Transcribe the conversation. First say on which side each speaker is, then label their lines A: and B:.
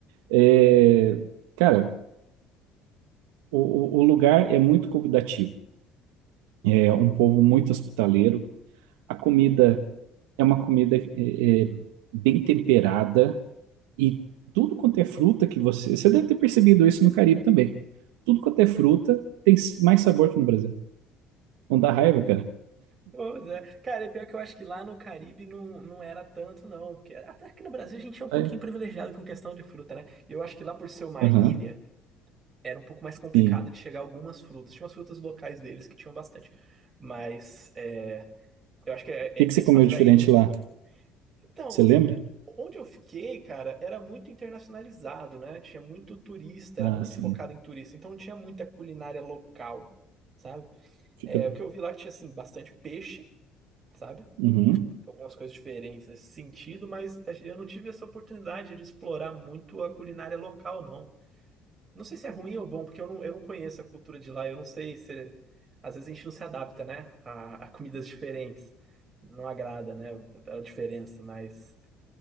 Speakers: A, on the right; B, on the right.
A: Eh, cara, o, o o lugar é muito convidativo, é um povo muito hospitaleiro. A comida é uma comida é, é, bem temperada e tudo quanto é fruta que você. Você deve ter percebido isso no Caribe também. Tudo quanto é fruta tem s- mais sabor que no Brasil. Não dá raiva, cara?
B: Pois é. Cara, e pior que eu acho que lá no Caribe não, não era tanto, não. Porque até aqui no Brasil a gente é um pouquinho
A: Ah, é?
B: privilegiado com questão de fruta, né? E eu acho que lá por ser uma
A: Aham,
B: ilha, era um pouco mais complicado
A: sim.
B: de chegar algumas frutas. Tinha umas frutas locais deles que tinham bastante. Mas é, eu acho que é-
A: O
B: é-
A: que que você
B: esse
A: comeu
B: fato
A: diferente
B: da ilha
A: lá?
B: Então,
A: Você lembra?
B: onde eu fiquei, cara, era muito internacionalizado, né? Tinha muito turista,
A: Ah,
B: era muito
A: sim.
B: focado em turista, então não tinha muita culinária local, sabe?
A: Fica.
B: É, o que eu vi lá que tinha, assim, bastante peixe, sabe?
A: Uhum.
B: Algumas coisas diferentes nesse sentido, mas a gen- eu não tive essa oportunidade de explorar muito a culinária local, não. Não sei se é ruim ou bom, porque eu não, eu não conheço a cultura de lá, eu não sei se. Às vezes a gente não se adapta, né? A, a comidas diferentes. Não agrada, né? A diferença, mas.